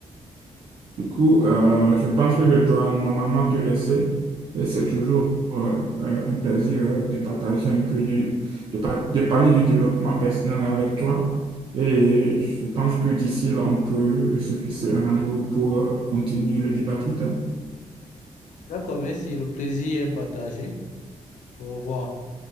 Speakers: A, on the right; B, on the left.
A: Du coup, euh, je pense que je dois normalement te laisser et c'est toujours euh, euh, un plaisir euh, de partager un peu du, de, par- de parler du développement personnel avec toi. Et je pense que d'ici là, on peut se fixer un rendez-vous pour euh, continuer le débat plus tard.
B: D'accord, merci. Le plaisir est partagé. Au revoir.